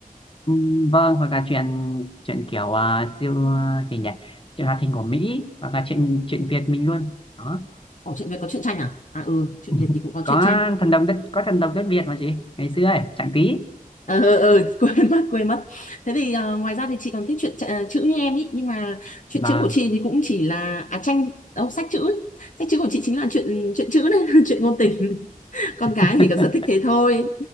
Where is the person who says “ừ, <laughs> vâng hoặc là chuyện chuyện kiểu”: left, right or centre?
Left